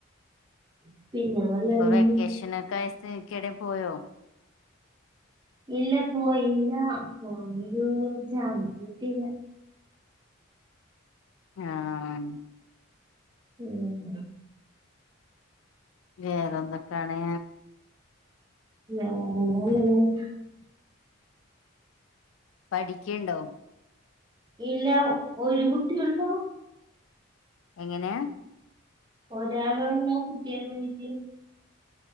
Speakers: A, on the right; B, on the left.
A: <inaudible> വല്ലതും
B: ഇപ്പൊ വെക്കേഷൻ ഒക്കെയായ സ്ഥിതിക്ക് ഏടെ പോയോ
A: ഇല്ല പോയില്ല പോനൊരു ചാൻസ്ട്ടില്ല
B: ആഹ
A: ഉം
B: വേറെന്തൊക്കാണ്
A: വേറെ <unintelligible>
B: പഠിക്കേണ്ടോ
A: ഇല്ല ഒരു കുട്ടിയുള്ളൂ
B: എങ്ങനെയാ
A: ഒരാളോള്ളൂ കുട്ടികളായിറ്റ്